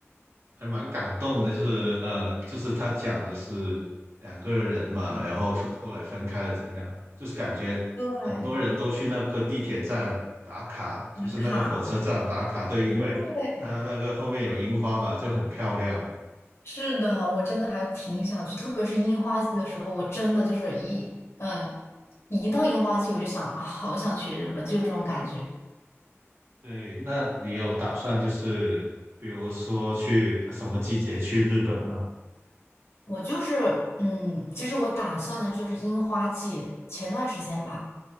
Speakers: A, on the right; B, on the left.
A: 还蛮感动的，就是呃，就是他讲的是两个人嘛，然后分后来分开了怎样，就是感觉很多人都去那个地铁站打卡，
B: 对，
A: 就是那个火车站打卡，
B: 打卡，
A: 对，因为他那个后面有樱花嘛，
B: 对，
A: 就很漂亮。
B: 是的，我真的还挺想去，特别是樱花季的时候，我真的就是一嗯，一到樱花季我就想啊，好想去日本，就有这种感觉。
A: 对，那你有打算就是比如说去什么季节去日本吗？
B: 我就是嗯，其实我打算的就是樱花季前段时间吧。